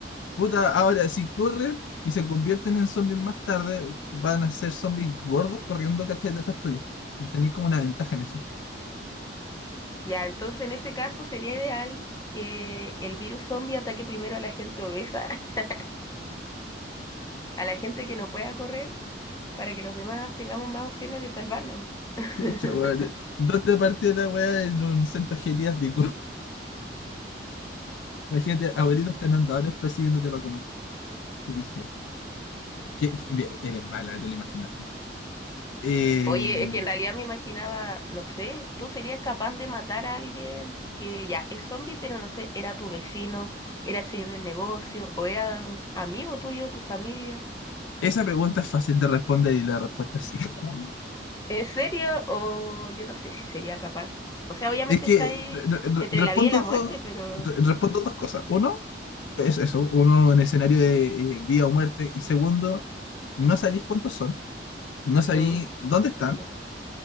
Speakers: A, on the left (about 85°); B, on the left (about 20°).
A: Puta, ahora si corren y se convierten en zombies más tarde, van a ser zombies gordos corriendo, ¿cachai? Detrás tuyo. Tenéis como una ventaja en eso.
B: Ya, entonces en ese caso sería ideal que el virus zombie ataque primero a la gente obesa, <laughs> a la gente que no pueda correr para que los demás tengamos más opciones de salvarnos. <laughs>
A: Chucha, weón. ¿Dónde partió la weá? En un centro geriátrico. Imagínate, abuelitos canandadores persiguiéndote para comer. qué dije, ¿qué, qué- bien, eres mala, te lo imaginaste. Eh,
B: Oye, es que en realidad me imaginaba, no sé, tú serías capaz de matar a alguien que ya es zombie, pero no sé, era tu vecino, era el señor del negocio, o era un amigo tuyo, tu familia.
A: esa pregunta es fácil de responder y la respuesta es sí. <laughs>
B: ¿En serio? O yo no sé si sería capaz. O sea, obviamente
A: Es que
B: está ahí
A: re- re-
B: entre
A: respondo,
B: la vida y la
A: dos,
B: muerte, pero...
A: re- respondo dos cosas. Uno, es eso, uno en escenario de eh, vida o muerte. Y segundo, no sabéis cuántos son, no sabéis
B: mm,
A: dónde están,
B: ¿verdad?